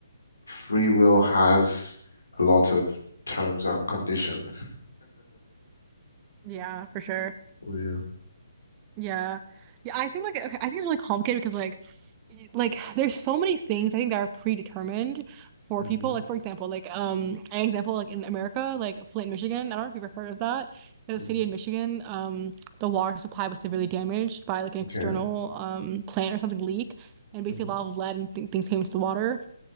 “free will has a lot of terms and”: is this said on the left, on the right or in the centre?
Left